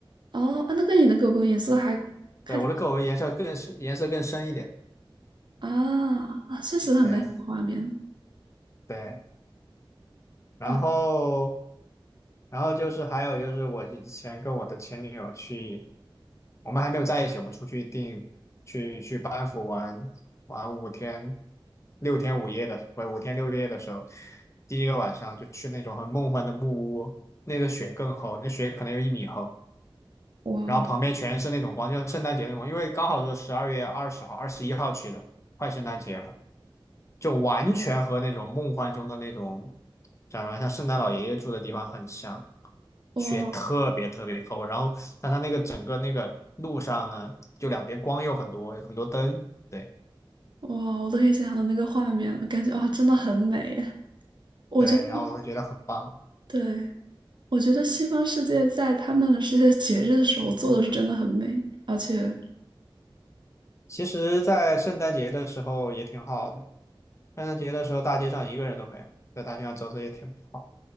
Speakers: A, on the right; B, on the left.
A: 哦，啊，那个你的狗狗颜色还还挺
B: 对，我的狗颜色更深，颜色更深一点。
A: 啊啊，确实很美的画面。
B: 对对。然后，
A: 对，
B: 然后就是还有就是我以前跟我的前女友去，我们还没有在一起，我们出去订去去班夫玩玩五天六天五夜的，不是五天六夜的时候，第一个晚上就去那种很梦幻的木屋，那个雪更厚，那雪可能有一米厚，
A: 哇
B: 然后旁边全是那种光，就像圣诞节那种光，因为刚好是十二月二十号、二十一号去的，快圣诞节了。就完全和那种梦幻中的那种，长得像圣诞老爷爷住的地方很像，
A: 哇
B: 雪特别特别厚，然后但它那个整个那个路上呢，就两边光又很多有很多灯，对
A: 哇哦，我都可以想象到那个画面了，感觉啊，真的很美耶。我觉得，
B: 对，然后我会觉得很棒。
A: 对。我觉得西方世界在他们这些节日的时候做的是真的很美，而且，
B: 其实，在圣诞节的时候也挺好的，圣诞节的时候大街上一个人都没有，在大街上走走也挺好。